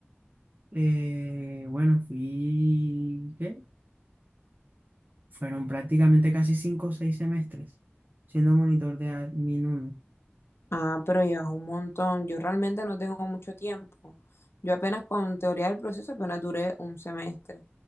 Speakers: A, on the right; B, on the left.
A: eh, bueno, fui, ¿qué? Fueron prácticamente casi cinco o seis semestres siendo monitor de Admin uno.
B: Ah, pero llevas un montón. Yo realmente no tengo mucho tiempo. Yo apenas con teoría del proceso apenas duré un semestre.